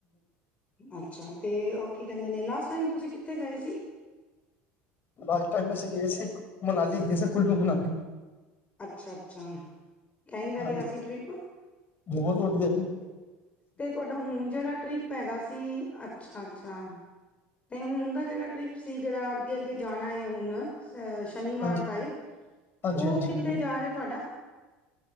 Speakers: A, on the left (about 25°); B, on the left (about 40°).
A: ਅੱਛਾ ਤੇ ਉਹ ਕੀ ਕਹਿੰਦੇ ਨੇ ਲਾ ਟਾਈਮ ਤੁਸੀਂ ਕਿੱਥੇ ਗਏ ਸੀ
B: ਲਾਸਟ ਟਾਈਮ ਮੈੇ ਗਏ ਸੀ ਮਨਾਲੀ ਗਏ ਸੀ ਕੁੱਲੂ ਮਨਾਲੀ
A: ਅੱਛਾ ਅੱਛਾ ਕਹਿਦਾ
B: ਹਾਂਜੀ
A: ਰਿਹਾ ਸੀ ਟਰਿਪ
B: ਬਹੁਤ ਵਧੀਆ ਸੀ
A: ਤੇ ਤੁਹਾਡਾ ਹੁਣ ਜਿਹੜਾ ਟ੍ਰਿਪ ਹੈਗਾ ਸੀ ਅੱਛਾ ਅੱਛਾ ਤੇ ਹੁਣ ਦਾ ਜਿਹੜਾ ਟ੍ਰਿਪ ਸੀ ਜਿਹੜਾ ਅੱਗੇ ਅੱਗੇ ਜਾਣਾ ਹੈ ਹੁਣ ਸ਼ਨੀਵਾਰ
B: ਹਾਂਜੀ
A: ਦਾ ਏ
B: ਹਾਂਜੀ
A: ਉਹ
B: ਹਾਂਜੀ
A: ਕਿੱਥੇ
B: ਹਾਂਜੀ।
A: ਜਾ ਰਿਹਾ ਤੁਹਾਡਾ